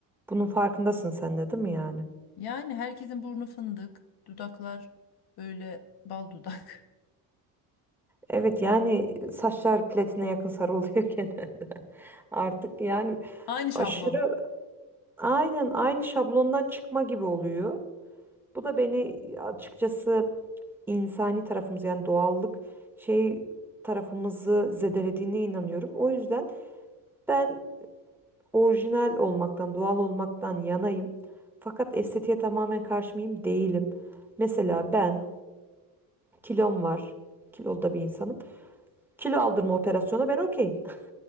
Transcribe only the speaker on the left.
Yani herkesin burnu fındık, dudaklar böyle bal dudak.
<laughs> Aynı şablon.